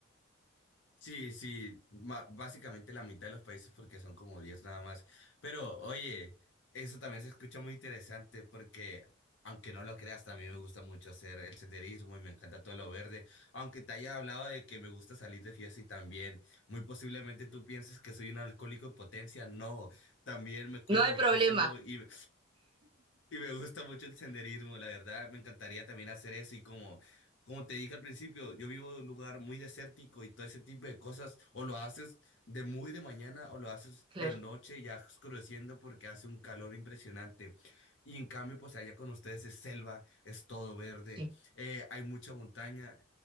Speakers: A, on the left; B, on the right.
A: Sí, sí, ma- básicamente la mitad de los países porque son como 10 nada más. Pero oye, eso también se escucha muy interesante porque, aunque no lo creas, también me gusta mucho hacer el senderismo y me encanta todo lo verde. Aunque te haya hablado de que me gusta salir de fiesta y también, muy posiblemente tú pienses que soy un alcohólico en potencia. No, también me cuido
B: No hay
A: muchísimo
B: problema,
A: y y me gusta mucho el senderismo, la verdad, me encantaría también hacer eso y como, como te dije al principio, yo vivo en un lugar muy desértico y todo ese tipo de cosas, o lo haces de muy de mañana o lo haces
B: claro,
A: de noche ya oscureciendo porque hace un calor impresionante. Y en cambio, pues allá con ustedes es selva, es todo verde,
B: sí.
A: eh, hay mucha montaña,